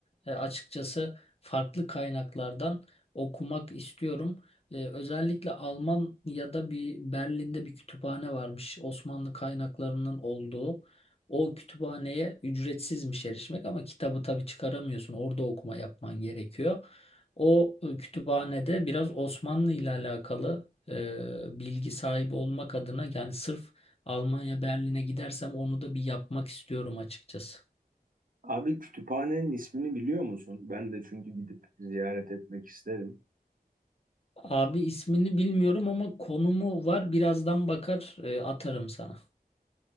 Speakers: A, on the left; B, on the right.
A: e, açıkçası farklı kaynaklardan okumak istiyorum. Ee, özellikle Almanya'da bir Berlin'de bir kütüphane varmış. Osmanlı kaynaklarının olduğu. O kütüphaneye ücretsizmiş erişmek ama kitabı tabii çıkaramıyorsun. Orada okuma yapman gerekiyor. O e, kütüphanede biraz Osmanlı ile alakalı e, bilgi sahibi olmak adına yani sırf Almanya Berlin'e gidersem onu da bir yapmak istiyorum açıkçası.
B: Abi kütüphanenin ismini biliyor musun? Ben de çünkü gidip ziyaret etmek isterim.
A: Abi ismini bilmiyorum ama konumu var. Birazdan bakar e, atarım sana.